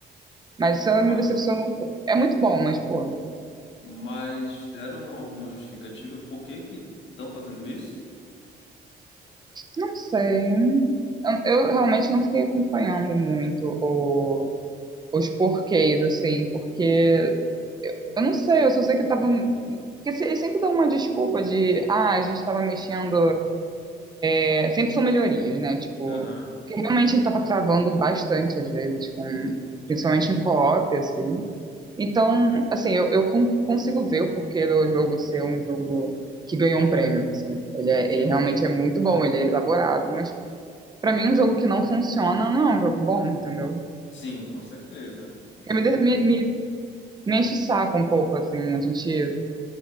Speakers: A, on the right; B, on the left.
A: Mas isso me
B: Ma-
A: decepcionou um pouco. É muito bom, mas, pô,
B: Mas deram alguma justificativa por que que estão fazendo isso?
A: não sei. Eu, eu realmente não fiquei acompanhando muito o- os porquês, assim, porque eu não sei, eu só sei que tava. um, Porque se- eles sempre dão uma desculpa de, ah, a gente tava mexendo. É, sempre são melhorias, né? Tipo,
B: Aham.
A: porque realmente ele tava travando bastante às vezes, com, principalmente em co-op, assim. Então, assim, eu, eu con- consigo ver o porquê do jogo ser um jogo que ganhou um prêmio, assim. Ele, é-
B: Sim,
A: ele realmente
B: sim.
A: é muito bom, ele é elaborado, mas pra mim um jogo que não funciona não é um jogo bom, entendeu?
B: Sim, com certeza.
A: Porque me, de- me, me, me enche o saco um pouco, assim, a gente